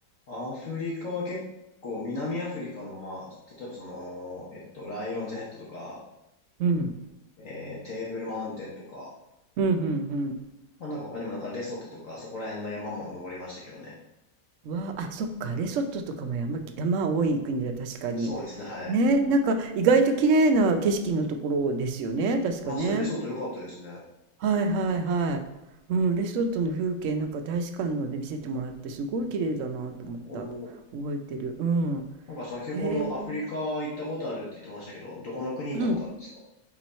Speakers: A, on the left; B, on the right.
A: アフリカは結構、南アフリカの、まあ、例えばその、えっと、ライオンズヘッドとか、
B: うん、
A: えーテーブルマウンテンとか、
B: うん、うん、うん。
A: まあ、なんか他にもなんかレソトとか、そこら辺の山も登りましたけどね。
B: わあ、あ、そっか、レソトとかも山き、山多い国だ、確かに。
A: そうですね、はい。
B: ね、なんか意外と綺麗な景色のところですよね、確かね。
A: あ、そう、レソト良かったですね。
B: はいはいはい。うん、レソトの風景なんか大使館ので見せてもらってすごい綺麗だなと思った。
A: おー
B: 覚えてる。うん。
A: なんか先ほどアフリカ行ったことあるって言ってましたけど、
B: へえ。
A: どこの国行ったことあるんですか
B: うん。